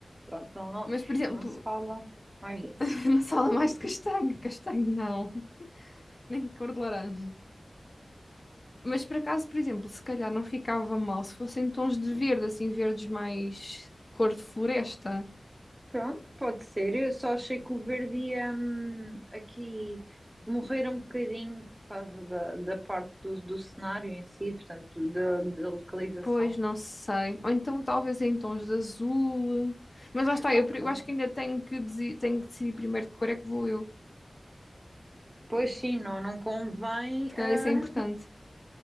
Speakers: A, on the right; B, on the left.
A: Pronto, não, não,
B: mas, por exemplo,
A: não se fala mais disso.
B: <laughs> uma sala mais de castanho, castanho não, nem de cor de laranja. Mas por acaso, por exemplo, se calhar não ficava mal se fossem tons de verde, assim, verdes mais cor de floresta.
A: Pronto, pode ser. Eu só achei que o verde ia hum, aqui morrer um bocadinho por causa da, da parte do, do cenário em si, portanto, da, da localização.
B: Pois, não sei. Ou então talvez em tons de azul. Mas lá está,
A: Ok.
B: eu, pre- eu acho que ainda tenho que, desi- tenho que decidir primeiro que cor é que vou eu.
A: Pois sim, não, não convém,
B: Se calhar
A: ah,
B: isso é importante.